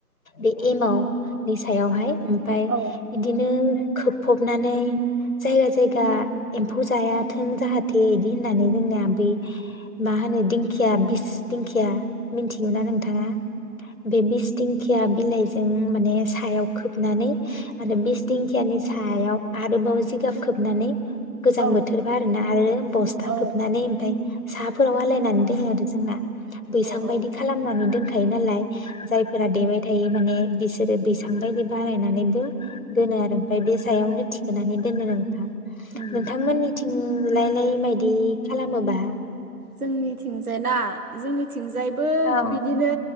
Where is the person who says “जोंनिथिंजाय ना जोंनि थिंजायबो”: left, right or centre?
Right